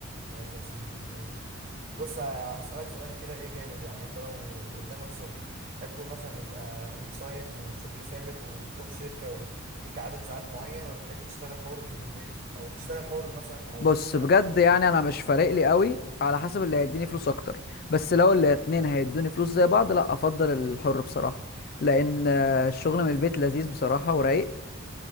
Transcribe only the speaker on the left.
بص
بجد
يعني انا مش فارق لي قوي على حسب اللي هيديني فلوس اكتر بس لو الاتنين هيدوني فلوس زي بعض لا افضل الحر بصراحة لان آه، الشغل من البيت لذيذ بصراحة ورايق